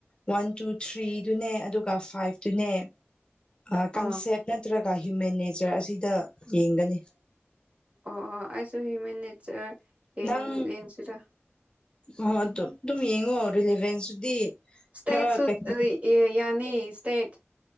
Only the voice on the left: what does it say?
ꯋꯥꯟ ꯇꯨ ꯊ꯭ꯔꯤꯗꯨꯅꯦ ꯑꯗꯨꯒ ꯐꯥꯏꯞꯇꯨꯅꯦ ꯑ
ꯀꯟꯁꯦꯞ ꯅꯠꯇ꯭ꯔꯒ ꯍ꯭ꯌꯨꯃꯦꯟ ꯅꯦꯆꯔ ꯑꯁꯤꯗ ꯌꯦꯡꯒꯅꯤ
ꯅꯪ
ꯑ ꯑꯗꯨ ꯑꯗꯨꯝ ꯌꯦꯡꯉꯣ ꯔꯤꯂꯦꯚꯦꯟꯁꯇꯨꯗꯤ
ꯈꯔ ꯀꯩꯅꯣ